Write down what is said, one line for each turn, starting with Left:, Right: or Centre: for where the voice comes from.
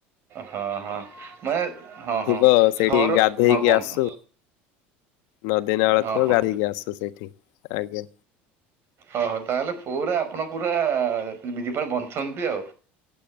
Right: ହଁ -ହଁ ମା ଏ - ହଁ- ହଁ
Left: ତ ସେଇଠି
Right: ସହର
Left: ଗାଧେଇକି
Right: ହଁ କୁହନ୍ତୁ
Left: ଆସୁ ନଦୀ ନାଳ
Right: ହଁ
Left: ଥିବ
Right: ହଁ
Left: ଗାଧେଇକି ଆସୁ ସେଇଠି ଆଜ୍ଞା।
Right: ଓ ହୋ ତାହେଲେ ପୁରା ଆପଣ ପୁରା <unintelligible> ବଞ୍ଚନ୍ତି ଆଉ।